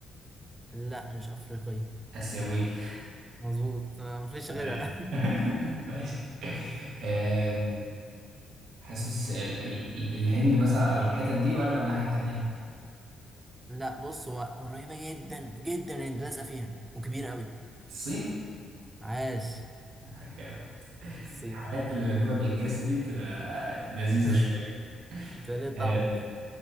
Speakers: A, on the right; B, on the right.
A: لا مش أفريقية
B: آسيوية
A: مظبوط آه، مفيش
B: تمام
A: غيرها
B: <laughs> ماشي آم، حاسس ال ال ال- الهند مثلا أو الحتت دي ولا الناحية التانية؟
A: <laughs> لا بص هو قريبة جدا جدا انت لازقة فيها وكبيرة قوي
B: الصين؟
A: عاش
B: آه، جامد
A: الصين
B: الحاجات اللي بجيبها بالجس دي بتبقى لذيذة
A: <laughs>
B: شوية
A: انت ليه طعمي
B: آم،
A: كده